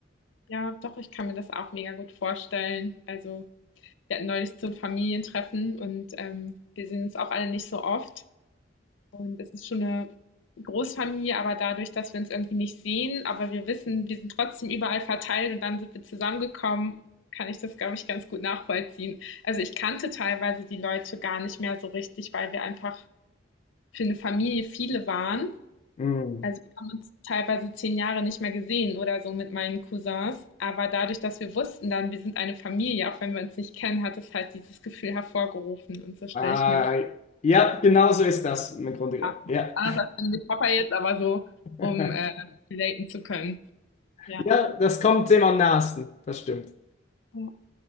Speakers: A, on the left; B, on the left.
A: Ja, doch, ich kann mir das auch mega gut vorstellen. Also wir hatten neulich so ein Familientreffen und ähm, wir sehen uns auch alle nicht so oft. Und es ist schon eine Großfamilie, aber dadurch, dass wir uns irgendwie nicht sehen, aber wir wissen, wir sind trotzdem überall verteilt und dann sind wir zusammengekommen, kann ich das, glaube ich, ganz gut nachvollziehen. Also ich kannte teilweise die Leute gar nicht mehr so richtig, weil wir einfach für eine Familie viele waren.
B: Hm.
A: Also wir haben uns teilweise zehn Jahre nicht mehr gesehen oder so mit meinen Cousins. Aber dadurch, dass wir wussten dann, wir sind eine Familie, auch wenn wir uns nicht kennen, hat es halt dieses Gefühl hervorgerufen. Und so stelle
B: Äh,
A: ich mir das
B: ja, genau so ist das im Grunde.
A: vor.
B: Ja.
A: Anders als mit Papa jetzt, aber so,
B: <laughs>
A: um äh, relaten zu können. Ja.
B: Ja, das kommt dem am nahesten. Das stimmt.
A: ja.